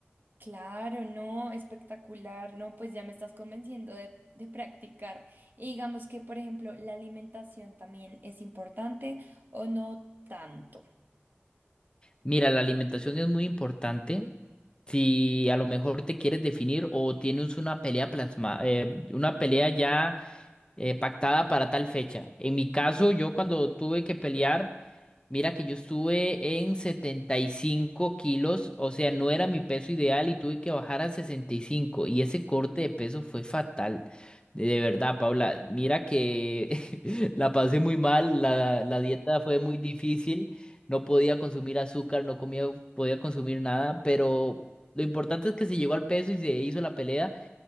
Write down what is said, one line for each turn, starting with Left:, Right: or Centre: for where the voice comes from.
Right: Claro, no, espectacular, no, pues ya me estás convenciendo de, de practicar. Y digamos que, por ejemplo, la alimentación también es importante o no tanto.
Left: Mira, la alimentación es muy importante. Si a lo mejor te quieres definir o tienes una pelea plasma, eh, una pelea ya eh, pactada para tal fecha. En mi caso, yo cuando tuve que pelear, mira que yo estuve en 75 kilos, o sea, no era mi peso ideal y tuve que bajar a 65 y cinco y ese corte de peso fue fatal. De, de verdad, Paula, mira que <laughs> la pasé muy mal, la, la dieta fue muy difícil, no podía consumir azúcar, no comía, podía consumir nada, pero lo importante es que se llegó al peso y se hizo la pelea.